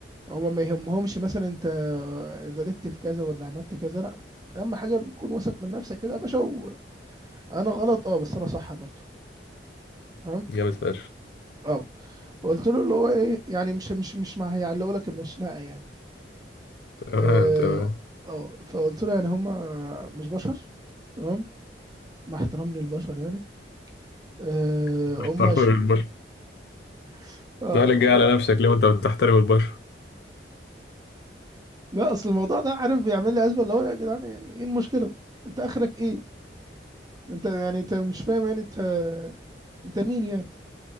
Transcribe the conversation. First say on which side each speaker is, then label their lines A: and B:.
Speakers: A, on the right (about 20°); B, on the left (about 65°).
A: هم ما يهمهمش مثلا انت غلطت في كذا ولا عملت كذا لا اهم حاجة تكون واثق من نفسك كده يا باشا وانا غلط اه بس انا صح برضه فاهم
B: جامد فشخ
A: اه فقلت له اللي هو ايه يعني مش مش مش ما هيعلقوا لك المشنقه يعني
B: تمام
A: اه
B: تمام
A: آه. فقلت له يعني هم مش بشر تمام مع احترام للبشر يعني أه
B: <laughs>
A: هم ش... <laughs> آه.
B: لا لا جاي على نفسك ليه وانت بتحترم البشر
A: لا اصل الموضوع ده عارف بيعمل لي ازمه اللي هو يا جدعان يعني ايه المشكله انت اخرك ايه انت يعني انت مش فاهم يعني انت انت مين يعني